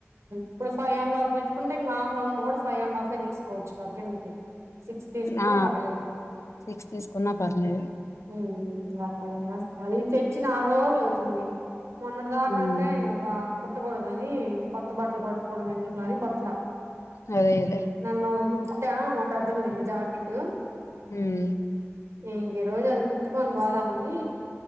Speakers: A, on the right; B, on the left.
A: ఇప్పుడు ఫైవ్ అండ్ హాఫ్ పెట్టుకుంటే ఇంకా ఆమ్ రౌండ్ కూడా ఫైవ్ అండ్ హాఫే తీసుకోవచ్చు గా కిందికి సిక్స్ తీసుకున్నా
B: ఆ
A: పర్లేదు
B: సిక్స్ తీసుకున్నా పర్లేదు
A: హ్మ్ అక్కడే అది తెచ్చి నాలుగు రోజులు అవుతుంది మొన్నటి దాకాంటే
B: ఉమ్,
A: ఇంకా కుట్టకూడదని కొత్త బట్టలు పట్టకూడదని ఎందుకులే అని కుట్టలా
B: అదే అదే
A: మొన్న ఒకటి గుట్టా మా పెద్దమ్మ దిజాకెట్
B: హ్మ్
A: ఇంక ఈ రోజు అది కుట్టుకొని పోదామని